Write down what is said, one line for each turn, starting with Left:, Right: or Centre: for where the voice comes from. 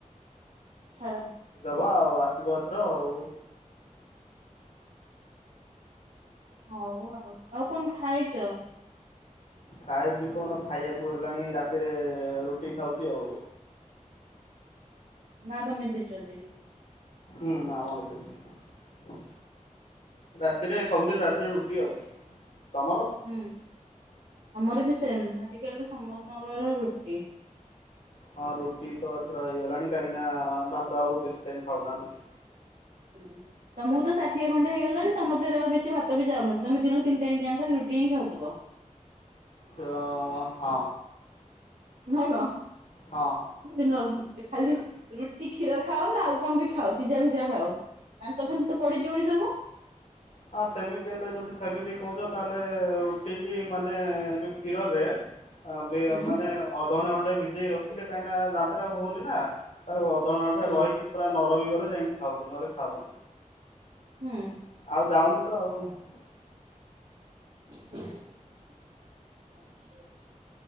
Right: ଛାଡ।
Left: ହଉ ଆଉ ଆସିବ ଏଥର ଆଉ ।
Right: ହଉ ଆଉ ଆଉ କଣ ଖାଇଚ?
Left: ଖାଇବି କଣ ଖାଇଆକୁ ହେଲାଣି ରାତିରେ ରୁଟି ଖାଉଚି ଆଉ।
Right: ମା ବନେଇ ଦେଇଚନ୍ତି।
Left: ହୁଁ ମା ବନେଇଚନ୍ତି। ରାତିରେ ସବୁଦିନ ରାତିରେ ରୁଟି ଆଉ। ତମର?
Right: ହୁଁ <inaudible> ଆମର ବି ସେମ ଆଜିକାଲି ତ ସମସ୍ତଙ୍କର ରୁଟି। <inaudible>
Left: ହଁ ରୁଟି ତ ଏଥର ହେଇଗଲାଣି କାହିଁକି ନା ଭାତ ଆଉ ବେଶୀ ଟାଇମ ଖାଉନାହାନ୍ତି ।
Right: ହୁଁ। ତମକୁ ତ ଷାଠିଏ ଖଣ୍ଡେ ହେଇଗଲାଣି ତମ ଦିଅରେ ଆଉ ବେଶୀ ଭାତ ବି ଯାଉନଥିବ ତମେ ଦିନକୁ ତିନି ଟାଇ ଯାଁକ ରୁଟି ହିଁ ଖାଉଥିବ। <inaudible>
Left: ର ହଁ।
Right: <unintelligible> ଖାଲି
Left: ହଁ।
Right: ନ ଖାଲି ରୁଟି କ୍ଷୀର ଖାଅ ନା ଆଉ କଁ ବି ଖାଅ ସିଝାମିଝା ଖାଅ। ଦାନ୍ତ ଫାନ୍ତ ତ ପଡ଼ିଯିବନି ସବୁ?
Left: ହଁ ସେମିତି ହେଲେ ଯଦି ସେମିତି କହୁଚ ତାହେଲେ ରୁଟିକି ମାନେ ଯଉ କ୍ଷୀରରେ ବିଅ
Right: ହୁଁ
Left: ମାନେ ଅଧଘଣ୍ଟେ ଘଣ୍ଟେ ବିଜେଇ ରଖିଲେ କାହିଁକି ନା ଦାନ୍ତରେ ଆଉ ହଉନି ନା। ତାକୁ ଅଧଘ‌‍ଣ୍ଟେ ଘଣ୍ଟେ
Right: ହୁଁ
Left: ରହିକି ପୁରା ନରମ ହେଇଗଲେ ଯାଇକି ଖାଉଚୁ ନହେଲେ ଖାଉନି।
Right: ହୁଁ।
Left: ଆଉ ଯାଉନି ତ ଆଉ ।
Right: <unintelligible> ଅଛି ଅଛି।